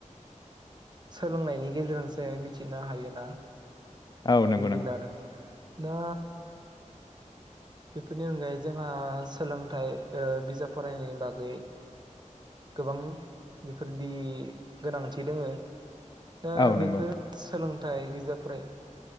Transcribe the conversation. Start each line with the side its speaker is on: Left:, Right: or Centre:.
Right: सोलोंनायनि गेजेरजोंसो मिथिनो हायोना
Left: औ नंगौ-नंगौ
Right: बिदिनो आरो दा बेफोरनि अनगायै जोंहा सोलोंथाइ ओ बिजाब फरायनायनि बागै गोबां बेफोरदि गोनांथि दङ। दा
Left: औ
Right: बेफोर
Left: नंगौ
Right: सोलों जाय बिजाबफ्राय